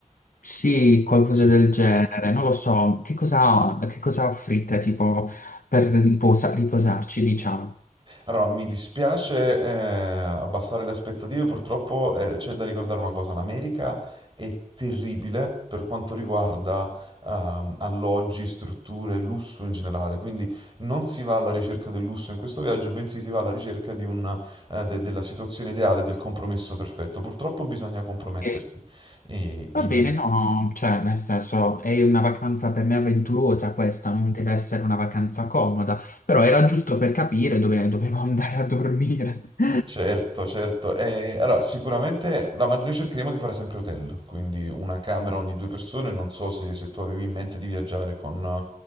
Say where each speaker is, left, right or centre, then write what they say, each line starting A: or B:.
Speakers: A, on the left; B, on the right.
A: Sì, qualcosa
B: Sì.
A: del genere, non lo so. Che cosa, che cosa offrite, tipo, per riposa- riposarci, diciamo?
B: Allora, mi dispiace eh, abbassare le aspettative, purtroppo eh, c'è da ricordare una cosa, l'America è terribile per quanto riguarda ehm, alloggi, strutture, lusso in generale, quindi non si va alla ricerca del lusso in questo viaggio, bensì si va alla ricerca di un, eh, de- della situazione ideale, del compromesso perfetto. Purtroppo bisogna compromettersi
A: Ok.
B: eh, in...
A: Va bene, no, no, cioè, nel senso, è una vacanza per me avventurosa questa, non deve essere una vacanza comoda, però era giusto per capire dove dovevo <laughs> andare a dormire. <laughs>
B: Certo, certo. Eh, allora, sicuramente la ma- noi cercheremo di fare sempre hotel, quindi una camera ogni due persone. Non so se, se tu avevi in mente di viaggiare con,